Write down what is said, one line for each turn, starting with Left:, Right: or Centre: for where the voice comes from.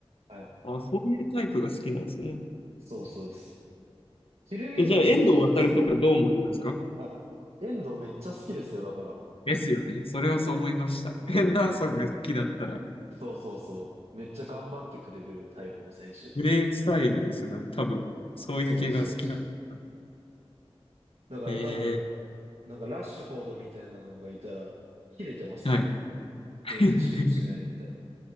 Right: はい。
Left: あ、そういうタイプが好きなんですね。
Right: そうそうです。フィルミーノもそうじゃないですか。
Left: え、じゃあ、遠藤航とかどう思いますか
Right: あ、遠藤めっちゃ好きですよ、だから。
Left: ですよね。それはそう思いました。
Right: うん、
Left: ヘンダーソンが好きだったら、
Right: なんか、そうそうそう。めっちゃ頑張ってくれるタイプの選手。
Left: プレイスタイルですね。多分、そういう系が好きだったら。
Right: そうです、そうです。だから多分、
Left: え
Right: なんかラッシュフォードみたいなのがいたら、切れてますもん。
Left: ー、はい。
Right: 全然守備してないみたいな。
Left: <laughs>